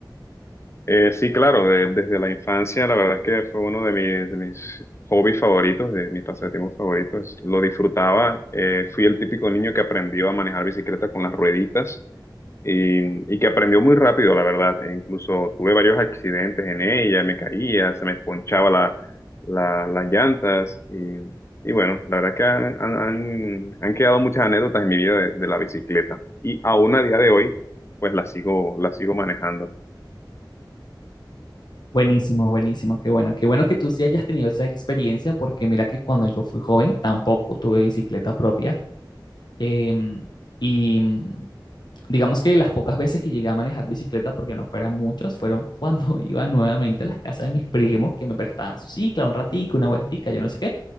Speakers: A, on the left; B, on the left.
A: Eh, sí, claro, de- desde la infancia la verdad es que fue uno de mis, de mis hobbies favoritos, de mis pasatiempos favoritos. Lo disfrutaba. Eh, fui el típico niño que aprendió a manejar bicicleta con las rueditas y, y que aprendió muy rápido, la verdad. E incluso tuve varios accidentes en ella, me caía, se me ponchaba la, la- las llantas y, y bueno, la verdad que han, han, han- han quedado muchas anécdotas en mi vida de, de la bicicleta y aún a día de hoy, pues la sigo, la sigo manejando.
B: Buenísimo, buenísimo, qué bueno, qué bueno que tú sí hayas tenido esa experiencia, porque mira que cuando yo fui joven tampoco tuve bicicleta propia. em, y mm, Digamos que las pocas veces que llegué a manejar bicicleta, porque no fueran muchas, fueron <laughs> cuando iba nuevamente a las casas de mis primos que me prestaban su cicla, un ratico, una vueltica, yo no sé qué.